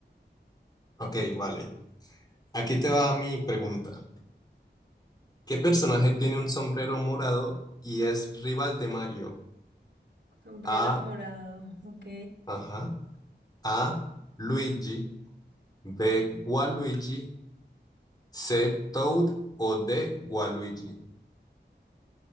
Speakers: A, on the left (about 20°); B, on the right (about 70°).
A: Ok, vale. Aquí te va mi pregunta. ¿Qué personaje tiene un sombrero morado y es rival de Mario?
B: Sombrero
A: A.
B: morado, ok.
A: Ajá. A, Luigi, B, Gualuigi, C, Toad o D, Gualuigi.